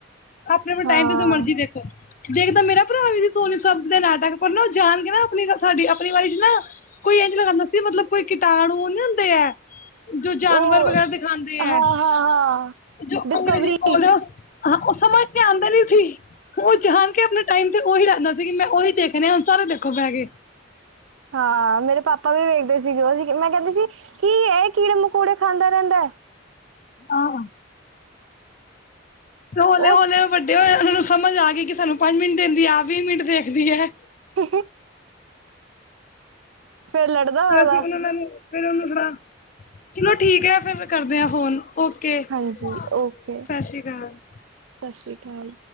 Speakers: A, on the left; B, on the right.
A: ਆਪਣੇ ਆਪਣੇ ਟਾਈਮ
B: ਹਾਂ
A: ਤੇ ਜੋ ਮਰਜ਼ੀ ਦੇਖੋ ਦੇਖ ਤਾਂ ਮੇਰਾ ਭਰਾ ਵੀ ਸੀ ਸੋਨੀ ਸਬ ਦੇ ਨਾਟਕ, ਪਰ ਨਾ ਉਹ ਜਾਣ ਕੇ ਨਾ ਆਪਣੀ ਸਾਡੀ ਆਪਣੀ ਵਾਰੀ ਚ ਨਾ ਕੋਈ ਇਝ ਲਗਾਦਾ ਸੀ, ਮਤਲਬ ਕੋਈ ਕੀਟਾਣੂ ਨੀ ਹੁੰਦੇ ਹੈ ਜੋ ਜਾਨਵਰ
B: ਉਹ
A: ਵਗੈਰਾ ਦਿਖਾਦੇ ਐ,
B: ਹਾਂ ਹਾਂ ਹਾਂ
A: ਜੋ
B: ਡਿਸਕਵਰੀ
A: ਅੰਗਰੇਜ਼ੀ ਦੇ ਬੋਲ ਔ ਹਾਂ ਉਹ ਸਮਝ ਤੇ ਆਉਂਦਾ ਨੀ ਸੀ, ਉਹ ਜਾਨ ਕੇ ਆਪਣੇ ਟਾਈਮ ਤੇ ਉਹੀ ਰਹਿੰਦਾ ਸੀ ਮੈਂ ਉਹੀ ਦੇਖਣੇ ਐ ਸਾਰੇ ਦੇਖੋ ਬੈ ਕੇ
B: ਹਾਂ ਮੇਰੇ ਪਾਪਾ ਵੀ ਵੇਖਦੇ ਸੀਗੇ ਉਹ, ਮੈਂ ਕਹਿੰਦੀ ਸੀ ਕੀ ਇਹ ਕੀੜੇ ਮਕੂੜੇ ਖਾਂਦਾ ਰਹਿੰਦਾ
A: ਆਹ ਤੇ ਹੌਲੇ
B: ਉਸ
A: ਹੌਲੇ ਵੱਡੇ ਹੋਏ ਆ, ਉਹਨਾਂ ਨੂੰ ਸਮਝ ਆ ਗਈ ਕਿ ਸਾਨੂੰ ਪੰਜ ਮਿੰਟ ਦਿੰਦੀ ਆ, ਆਪ ਵੀਹ ਮਿੰਟ ਦੇਖਦੀ ਹੈ
B: ਤੁਸੀਂ ਫੇਰ ਲੜਦਾ
A: ਫਿਰ
B: ਹੋਏਗਾ
A: ਅਸੀਂ ਉਹ ਫਿਰ ਉਹਨੂੰ ਲੜਾ, ਚਲੋ ਠੀਕ ਹੈ ਫਿਰ ਕਰਦੇ ਹਾਂ ਫੋਨ ਓਕੇ ਸਤਿ
B: ਹਾਂਜੀ ਓਕੇ
A: ਸ਼੍ਰੀ ਅਕਾਲ
B: ਸਤਿ ਸ਼੍ਰੀ ਅਕਾਲ